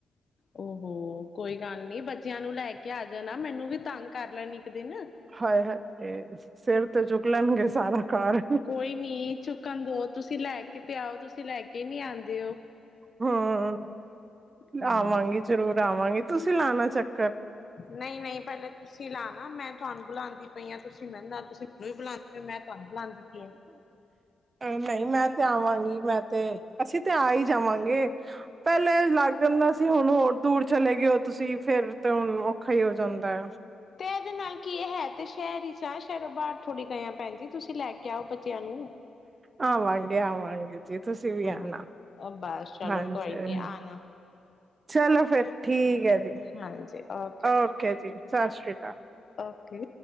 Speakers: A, on the left; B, on the right.
A: ਔ ਹੋ ਕੋਈ ਗੱਲ ਨੀ ਬੱਚਿਆਂ ਨੂੰ ਲੈ ਕੇ ਆ ਜਾ ਨਾ ਮੈਨੂੰ ਵੀ ਤੰਗ ਕਰ ਲੈਣ ਇੱਕ ਦਿਨ,
B: ਹਾਏ-ਹਾਏ, ਸਿਰ ਤੇ ਚੁੱਕ ਲੈਣਗੇ ਸਾਰਾ ਘਰ,
A: ਕੋਈ ਨੀ ਚੁੱਕਣ ਦੋ ਤੁਸੀਂ ਲੈ ਕੇ ਤੇ ਆਓ ਤੁਸੀਂ ਲੈ ਕੇ ਨੀ ਆਉਂਦੇ ਹੋ
B: ਹਾਂ,
A: ਹਾਂ
B: ਆਵਾਂਗੀ ਜਰੂਰ ਆਵਾਂਗੇ, ਤੁਸੀਂ ਲਾਨਾ ਚੱਕ
A: ਨਈਂ-ਨਈਂ ਪੈਲੇ ਤੁਸੀਂ ਲਾਨਾ ਮੈਂ ਤੁਹਾਨੂੰ ਬੁਲਾਂਦੀ ਪਈ ਆਂ ਤੁਸੀਂ <unintelligible> ਤੁਸੀਂ ਮੈਨੂੰ ਈ ਬੁਲਾਂਦੇ ਪੇ ਮੈਂ ਤੁਹਾਨੂੰ ਬੁਲਾਉਂਦੀ ਪਈ ਹਾਂ
B: ਨਈਂ ਮੈਂ ਤੇ ਆਵਾਂਗੀ ਮੈਂ ਤੇ ਅਸੀਂ ਤੇ ਆ ਈ ਜਾਵਾਂਗੇ ਪੈਲੇ ਲਾਗ ਜਾਂਦਾ ਸੀ ਹੁਨ ਹੋਰ ਦੂਰ ਚਲੇ ਗਏ ਔ ਤੁਸੀ ਫੇਰ ਤੇ ਹੁਨ ਔਖਾ ਈ ਹੋ ਜਾਂਦੈ
A: ਤੇ ਐਦੇ ਨਾਲ ਕੀ ਏ ਹੈ ਤੇ ਸ਼ਹਿਰ ਇੱਚ ਆਛ- ਘਰੋਂ ਬਾਹਰ ਥੋੜੀ ਗਏ ਆਂ, ਭੈਣ ਜੀ। ਤੁਸੀਂ ਲੈ ਕੇ ਆਔ ਬੱਚਿਆਂ ਨੂੰ
B: ਆਵਾਂਗੇ-ਆਵਾਂਗੇ, ਜੀ। ਤੁਸੀਂ ਵੀ
A: ਹਾਂ
B: ਆਨਾ
A: ਬਸ ਚਲੋ
B: ਹਾਂਜੀ,
A: ਕੋਈ ਨੀ ਆਣਾ
B: ਚਲੋ ਫੇਰ ਠੀਕ ਐ ਜੀ,
A: ਹਾਂਜੀ ਓਕੇ
B: ਔਕੇ ਜੀ। ਸਤਿ ਸ਼੍ਰੀ ਅਕਾਲ
A: ਔਕੇ